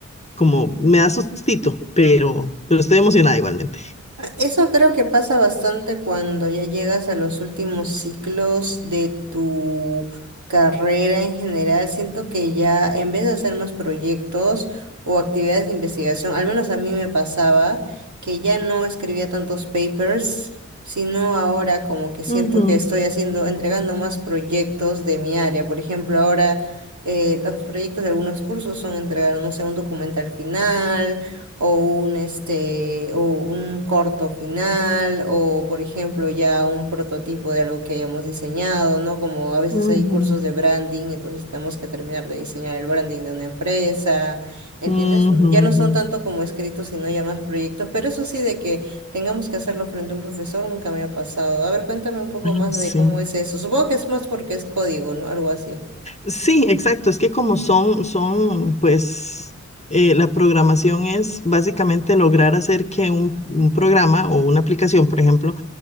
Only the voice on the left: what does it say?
como me da sustito, pero, pero estoy emocionada igualmente.
Ujú,
ujú,
ujú,
ujú.
Ah,
Sí.
Sí, exacto. Es que como son, son, pues, eh, la programación es básicamente lograr hacer que un, un programa o una aplicación, por ejemplo,